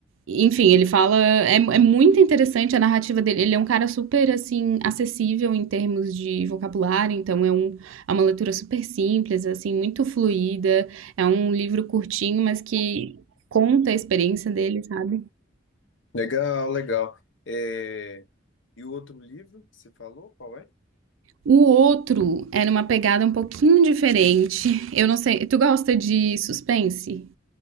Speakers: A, on the right; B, on the left.
A: enfim, ele fala. É, é muito interessante a narrativa dele. Ele é um cara super, assim, acessível em termos de vocabulário, então é, um, é uma leitura super simples, assim, muito fluida. É um livro curtinho, mas que conta a experiência dele, sabe?
B: Legal, legal. É, E o outro livro que você falou, qual é?
A: O outro era uma pegada um pouquinho diferente. Eu não sei. Tu gosta de suspense?